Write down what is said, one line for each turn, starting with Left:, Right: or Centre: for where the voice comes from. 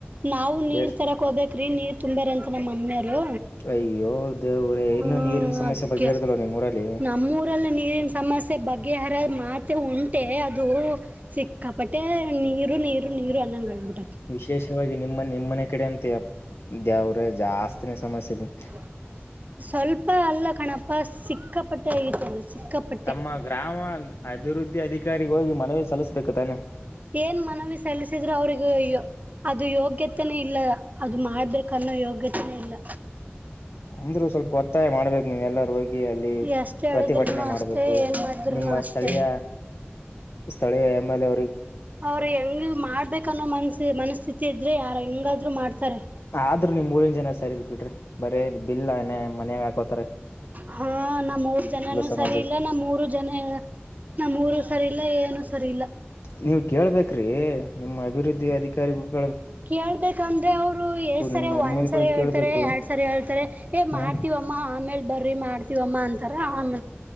Right: ನಾವು ನೀರ್
Left: ಎಸ್
Right: ತರಕ್ ಹೋಗಬೇಕೇರಿ ನೀರ್ ತುಂಬೇರಂತ ನಮ್ಮ ಮಮ್ಮಿಯರು
Left: ಅಯ್ಯೋ ದೇವ್ರೇ
Right: ಹ್ಮ
Left: ಇನ್ನು ನೀರಿನ ಸಮಸ್ಯೆ
Right: ಅದಕ್ಕೆ
Left: ಬಗೆಹರದಲ್ವ ನಿಮ್ ಊರಲ್ಲಿ
Right: ನಮ್ಮೂರಲ್ಲಿ ನೀರಿನ ಸಮಸ್ಯೆ ಬಗೆಹರದ್ ಮಾತ್ರ ಮತ್ತೆ ಹೊಂಟೆ ಅದು ಸಿಕ್ಕಾಪಟ್ಟೆ ನೀರು ನೀರು ನೀರು ಅನ್ನಂಗಬುದು
Left: ವಿಶೇಷವಾಗಿ ನಿಮ್ಮ ನಿಮ್ಮನೆ ಕಡೆ ಅಂತ ದೇವ್ರ ಜಾಸ್ತಿನ ಸಮಸ್ಯೆ ಇದೆ
Right: ಹಾ ಸ್ವಲ್ಪ ಅಲ್ಲ ಕಣಪ ಸಿಕ್ಕಾಪಟ್ಟೆ ಆಗತದು ಸಿಕ್ಕಾಪಟ್ಟೆ
Left: ತಮ್ಮ ಗ್ರಾಮ ಅಭಿವೃದ್ಧಿ ಅಧಿಕಾರಿಗೆ ಹೋಗಿ ಮನವಿ ಸಲ್ಲಿಸ್ಬೇಕು ತಾನು
Right: ಏನ್ ಮನವಿ ಸಲ್ಲಿಸಿದ್ರು ಅವ್ರಗೂ ಅಯ್ಯೋ ಅದು ಯೋಗ್ಯತೆನೆ ಇಲ್ಲ ಅದು ಮಾಡ್ಬೇಕನ್ನೋ ಯೋಗ್ಯತೆನೇ ಇಲ್ಲ
Left: ಅಂದ್ರು ಸ್ವಲ್ಪ ಒತ್ತಾಯ ಮಾಡ್ಬೇಕು ನೀವ್ ಎಲ್ಲರೂ ಹೋಗಿ
Right: ಎಷ್ಟ ಹೇಳಿದ್ರುನು
Left: ಪ್ರತಿಭಟನೆ ಮಾಡಬೇಕು
Right: ಅಷ್ಟೇ ಏನ್ ಮಾಡಿದ್ರುನು
Left: ನಿಮ್ಮ
Right: ಅಷ್ಟೇ
Left: ಸ್ಥಳೀಯ ಸ್ಥಳೀ ಎಂಎಲ್ಎ
Right: ಅವ್ರ ಹೆಂಗ ಮಾಡ್ಬೇಕನ್ನೋ ಮನ್ಸ ಮನಸ್ಥಿತಿ ಇದ್ರೆ ಯಾರ ಹೆಂಗಾದ್ರು ಮಾಡ್ತಾರೆ
Left: ಆದ್ರೂ ನಿಮ್ ಮೂರನ್ ಜನ ಸರಿ ಇಲ್ ಬಿಟ್ರಿ ಬರೀ ಬಿಲ್ನೆ ಮನ್ಯಾಗಾಕೋ
Right: ಹಾ ನಮ್ಮ್ ಮೂರ್ ಜನನುೂ
Left: ಸಮಾಜಕ್ಕೆ
Right: ಸರಿ ಇಲ್ಲ ನಮ್ ಮೂರು ಜನ ನಮ್ಮೂರು ಸರಿ ಇಲ್ಲ ಏನು ಸರಿ ಇಲ್ಲ
Left: ನೀವು ಕೇಳ್ಬೇಕ್ರೀ ನಿಮ್ಮ ಅಭಿವೃದ್ಧಿ ಅಧಿಕಾರಿಗಳು
Right: ಕೇಳ್ಬೇಕಂದ್ರೆ ಅವ್ರು ಎಷ್ಟ ಸರಿ
Left: ನಿಮ್ ಎಂ
Right: ಒಂದ್ಸರಿ
Left: ಎಲ್ ಗಳಿಗೆ
Right: ಹೇಳ್ತಾರೆ
Left: ಕೇಳ್ಬೇಕು
Right: ಎರಡ್ ಸರಿ ಹೇಳ್ತಾರೆ ಮಾಡ
Left: ಹ
Right: ಮಾಡ್ತವಮ್ಮ ಆಮೇಲ್ ಬರ್ರಿ ಮಾಡ್ತೀವಮ್ಮ ಅಂತಾರ ಆನ್